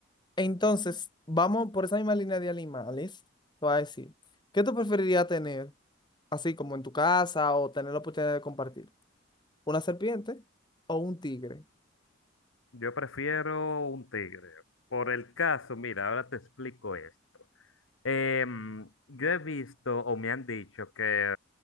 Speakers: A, on the left (about 20°); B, on the left (about 80°).
A: Entonces, vamos por esa misma línea de animales. Te voy a decir, ¿qué tú preferirías tener? así como en tu casa o tener la oportunidad de compartir. Una serpiente o un tigre.
B: Yo prefiero un tigre. Por el caso, mira, ahora te explico esto. Em, yo he visto o me han dicho que,